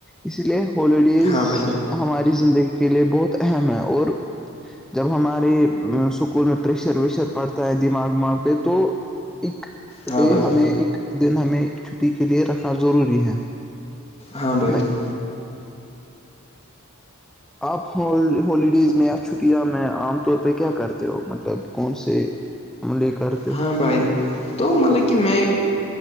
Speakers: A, in the centre; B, on the left.
A: اس لیے ہالیڈیز
B: ہاں بھائی جان
A: ہماری زندگی کے لیے بہت اہم ہے اور جب ہماری اسکول میں پریشر ویشر پڑتا ہے دماغ وماغ پہ تو ایک
B: ہاں
A: ڈے
B: بھائی
A: ہمیں
B: جان
A: ایک دن ہمیں چھٹی کے لیے رکھنا ضروری ہے
B: ہاں بھائیے
A: میں آپ ہوالڈیز میں یا چھٹیاں میں عام طور پہ کیا کرتے ہو مطلب کون سے عملے کرتے ہو
B: ہاں بھائی تو مطلب کہ میں